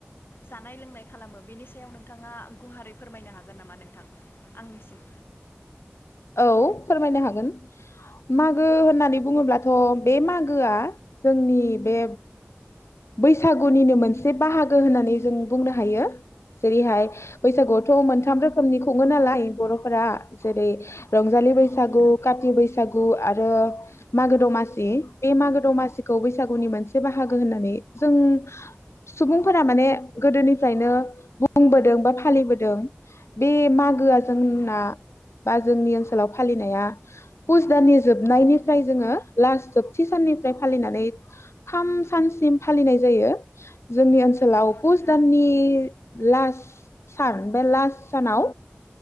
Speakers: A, on the left; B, on the left.
A: जानाय लोंनाय खालामो बेनि सायाव नोंथाङा गुहारै फोरमायनो हागोन नामा नोंथां? आंनिसिम
B: औ फोरमायनो हागोन मागो होननानै बुङोब्लाथ' बे मागोआ जोंनि बे बैसागुनिनो मोनसे बाहागो होननानै जों बुंनो हायो जेरैहाय बैसागुआवथ' मोनथाम रोखोमनि खुङो नालाय। बर'फोरा जेरै रंजालि
A: नंगौ
B: बैसागु
A: नोंथां
B: काथि बैसागु आरो आरो मागो दमासि बे मागो दमासिखौ बैसागुनि मोनसे बाहागो होननानै जों सुबुंफोरा माने गोदोनिफ्रायनो बुंबोदों बा फालिबोदों बे मागोआ
A: नंगौ
B: जोंना
A: नोंथां
B: बा जोंनि ओनसोलाव फालिनाया पुस दाननि जोबनायनिफ्राय जोङो लास्ट जोबथि साननिफ्राय फालिनानै थाम सानसिम फालिनाय जायो। जोंनि ओनसोलाव
A: नंगौ
B: पुस
A: नोंथां
B: दाननि लास्ट सान बे लास्ट सानाव